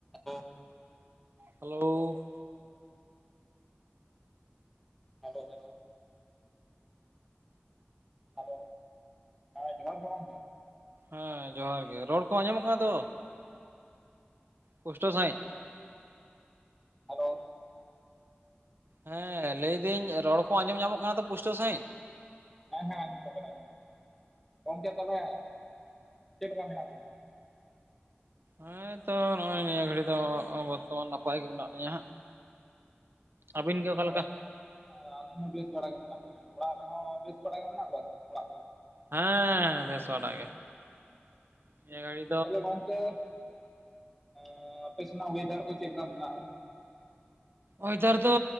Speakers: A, in the centre; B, on the right.
A: ᱚ,
B: hello,
A: hello hello, hello, ᱦᱮᱸ ᱡᱚᱦᱟᱨ ᱜᱮ ᱜᱚᱢᱠᱮ᱾
B: ᱦᱮᱸ ᱡᱚᱦᱟᱨ ᱜᱮ ᱨᱚᱲ ᱠᱚ ᱟᱸᱡᱚᱢᱚᱜ ᱠᱟᱱᱟ ᱛᱚ᱾ ᱯᱩᱥᱴᱟᱹᱣ ᱥᱟᱺᱦᱤᱡ
A: ᱦᱟᱞᱳ,
B: ᱦᱮᱸ ᱞᱟᱹᱭᱫᱟᱹᱧ ᱨᱚᱲ ᱠᱚ ᱟᱸᱡᱚᱢ ᱧᱟᱢᱚᱜ ᱠᱟᱱᱟ ᱛᱚ ᱯᱩᱥᱴᱟᱹᱣ ᱥᱟᱺᱦᱤᱡ᱾
A: ᱦᱮᱸ ᱦᱮᱸ ᱟᱡᱢᱚᱜ ᱠᱟᱱᱟ ᱟᱡᱚᱢᱚᱜ ᱠᱟᱱᱟ ᱜᱚᱝᱠᱮ ᱛᱟᱦᱚᱞᱮ ᱪᱮᱫ ᱞᱮᱠᱟ ᱢᱮᱱᱟᱜ ᱵᱤᱱᱟ?
B: ᱦᱮᱸ ᱛᱚ ᱱᱚᱜᱼᱚᱭ ᱱᱤᱭᱟᱹ ᱜᱷᱟᱹᱲᱤᱠ ᱫᱚ ᱵᱚᱨᱛᱚᱢᱟᱱ ᱱᱟᱯᱟᱭ ᱜᱮ ᱢᱮᱱᱟᱜ ᱞᱤᱧᱟᱹ ᱦᱟᱸᱜ᱾ ᱟᱹᱵᱤᱱ ᱜᱮ ᱚᱠᱟᱞᱮᱠᱟ?
A: ᱚᱲᱟᱜ ᱟᱹᱞᱤᱧ ᱦᱚᱸ ᱵᱮᱥ ᱵᱟᱲᱟ ᱜᱮ ᱢᱮᱱᱟᱜ ᱞᱤᱧᱟᱹ ᱚᱲᱟᱜ ᱨᱮᱦᱚᱸ ᱵᱮᱥ ᱵᱟᱲᱟ ᱜᱮ ᱢᱮᱱᱟᱜ ᱠᱚᱣᱟ ᱛᱚ ᱚᱲᱟᱜ ᱠᱚᱨᱮ?
B: ᱦᱮᱸ ᱵᱮᱥ ᱵᱟᱲᱟ ᱜᱮ <inaudible> ᱱᱤᱭᱟᱹ ᱜᱷᱟᱲᱤ
A: ᱛᱟᱦᱚᱞᱮ ᱜᱚᱝᱠᱮ ᱮᱻ ᱟᱯᱮ ᱥᱮᱱᱟᱜ ᱳᱭᱮᱫᱟᱨ ᱠᱚ ᱪᱮᱫ ᱞᱮᱠᱟ ᱢᱮᱱᱟᱜᱼᱟ?
B: ᱚᱭᱫᱟᱨ ᱫᱚ